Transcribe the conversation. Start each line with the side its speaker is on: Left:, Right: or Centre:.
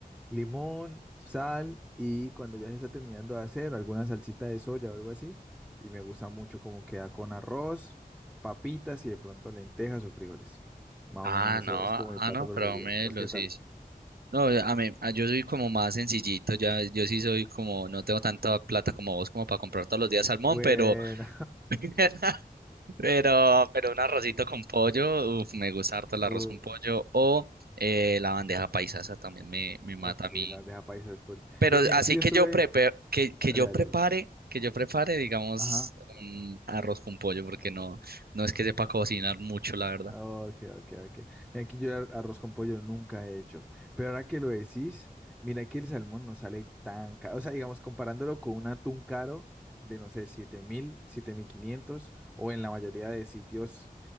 Centre: Limón, sal y cuando ya se está terminando de hacer alguna salsita de soya o algo así. Y me gusta mucho cómo queda con arroz, papitas y de pronto lentejas o frijoles. Más
Right: Ah,
Centre: o menos eso
Right: no, ah,
Centre: es como mi plato
Right: no,
Centre: preferido.
Right: pero me
Centre: ¿Vos
Right: los
Centre: qué tal?
Right: hice. No, a mí, a- yo soy como más sencillito, ya, yo sí soy como, no tengo tanta plata como vos como para comprar todos los días salmón,
Centre: Bueno,
Right: pero, <laughs> pero, pero un arrocito con pollo, uf, me gusta harto el
Centre: <laughs>
Right: arroz
Centre: uh,
Right: con pollo, o eh, la bandeja paisa, esa también me, me mata
Centre: ok,
Right: a mí.
Centre: las deja paisas full.
Right: Pero
Centre: Pero mira,
Right: así
Centre: aquí yo
Right: que
Centre: estuve.
Right: yo prepe- que, que
Centre: Dale,
Right: yo
Centre: dale,
Right: prepare,
Centre: dale.
Right: que yo prepare, digamos,
Centre: Ajá.
Right: un arroz con pollo, porque no, no es que sepa cocinar mucho, la verdad.
Centre: Ok, ok, ok. Mira, aquí yo ar- arroz con pollo nunca he hecho. Pero ahora que lo decís, mira que el salmón no sale tan caro. O sea, digamos, comparándolo con un atún caro de, no sé, siete siete mil, siete mil quinientos, o en la mayoría de sitios